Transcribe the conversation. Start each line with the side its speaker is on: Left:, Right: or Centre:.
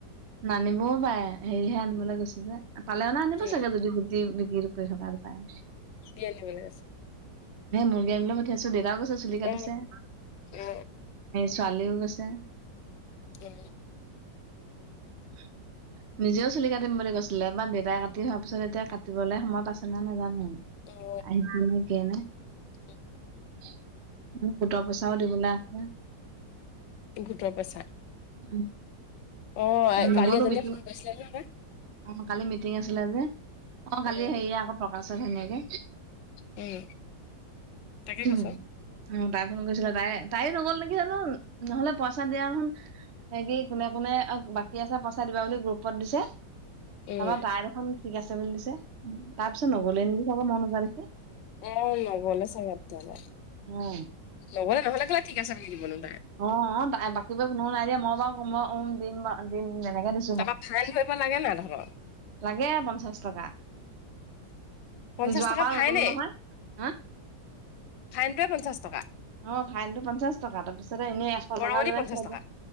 Right: নানিবওঁ পাৰে। হেৰিহে আনিবলে গৈছে যে। পালে মানে আনিব
Left: কি
Right: চাগে। যদি বিকিৰ কৰি থকাৰ পায়।
Left: কি আনিবলে ছে।
Right: হে মৰ্গী আনিবলে পঠিয়াইছোঁ। দেউতাও কৈছে, চুলি কাটিছে।
Left: অ অ
Right: ছোৱালীও গৈছে।
Left: <unintelligible>
Right: <inaudible> নিজেও চুলি কাটিম বুলি কৈছিলে বা দেউতাই কাটি হোৱা পিছত এতিয়া কাট টিবলে সময় পাইছে নে নাই নেজানোঁ।
Left: অ
Right: আহি <unintelligible> কিয়ে নে।
Left: <unintelligible>
Right: <unintelligible> গোট পইচাওঁ দিবলে আছে।
Left: গোটৰ প‌ইচা।
Right: উম।
Left: অ,
Right: নগলো
Left: কালি এজনীয়ে
Right: মিটিং
Left: ফোন কৰিছিলে নহয়।
Right: অ, কালি মিটিং আছিলে যে। অ কালি
Left: উম
Right: হেৰি আকৌ। থকাসোন সেনেকে।
Left: উম তাকে
Right: উম।
Left: কৈছ
Right: অ, তাই ফোন কৰিছিলে। তাই তাই নগ'ল নেকি জানো, নহ'লে পইচা দিয়া দেখোন হেৰি কোনে কোনে <unintelligible> বাক বাকী আছে পইচা দিবা বুলি গ্ৰুপত দিছে। তাপা
Left: উম
Right: তাই দেখোন ঠিক আছ চাবলে দিছে। তা পিছত নগলে নেকি চাব মই নোযোৱা দেখি।
Left: এ নগলে চাগে তেতিয়াহলে।
Right: উম,
Left: নগলে নহলে কেলে ঠিক আছে বুলি দিবনো তাই?
Right: অ অ। তাই বাকী বোৱে কোনো নাই দিয়া। মই বাও ওম দিম দিম তেনেকে দিছোঁ।
Left: তাপা ফাইন ধৰিব লাগে নাই তহত?
Right: লাগে আ, পঞ্চাশ টকা।
Left: পঞ্চাশ
Right: যোৱাবাৰ
Left: টকা ফাইনেই
Right: নগলো নহয় হা
Left: ফাইনটোৱে পঞ্চাশ টকা
Right: অ', ফাইনতটো পঞ্চাশ টকা। তাৰ পিছ তাৰপা এনেই এশ
Left: বৰঙণি
Right: টকা লৈ
Left: পঞ্চাশ
Right: আছে আকো
Left: টকা